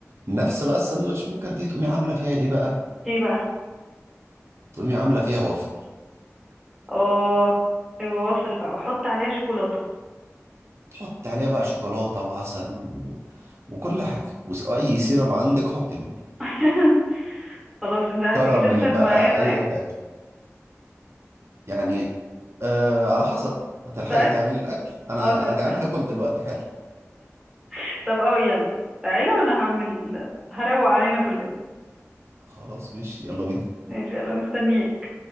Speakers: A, on the right; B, in the centre.
A: نفس بقى الساندوتش ميكر دي تقومي عاملة فيها ايه بقى
B: ايه بقى
A: تقومي عاملة فيها وافل
B: اه ايوه وافل بقى وحط عليها شوكولاتة
A: حطي عليها بقى شوكولاتة وعسل و... وكل حاجة واي سيرب عندك حطي منه
B: <laughs> خلاص انت هتيجي
A: كراميل
B: تفطر
A: بقى
B: معايا طيب
A: اي حاجة يعني آه على حسب هتلحقي
B: طيب
A: تعملي الاكل انا
B: اه طيب
A: انا جعان هاكل دلوقتي حالا
B: <laughs> طب اه يلا تعالى وانا هعمل هروق علينا كلنا
A: خلاص ماشي يلا بينا
B: ماشي يلا مستنيك